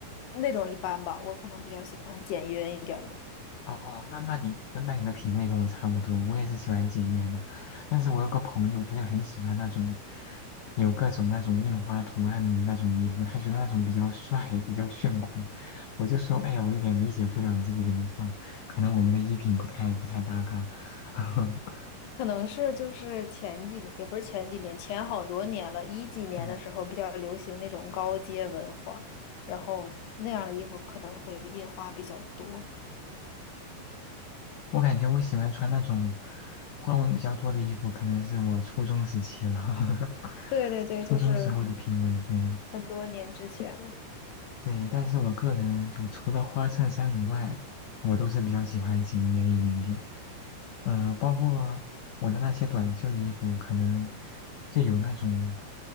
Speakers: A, on the left (about 70°); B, on the left (about 90°).
A: 那种一般吧，我可能比较喜欢简约一点儿的。
B: 哦，那那你那你的品味跟我差不多，我也是喜欢简约的，但是我有个朋友，他就很喜欢那种有各种那种印花图案的那种衣服，他觉得那种比较帅，比较炫酷。我就说，哎呀，我有点理解不了你这个文化，可能我们的衣品不太不太搭嘎。<laughs>
A: 可能是就是前几年，也不是前几年，前好多年了，一几年的时候比较流行那种高阶文化，
B: 嗯，
A: 然后那样的衣服可能会印花比较多。
B: 我感觉我喜欢穿那种花纹比较多的衣服，可能是我初中时期了，<laughs>
A: 对对对，
B: 初中时候的品味，
A: 就是
B: 对。
A: 很多年之前了。
B: 对，但是我个人就除了花衬衫以外，我都是比较喜欢简约一点点。嗯，包括我的那些短袖衣服，可能就有那种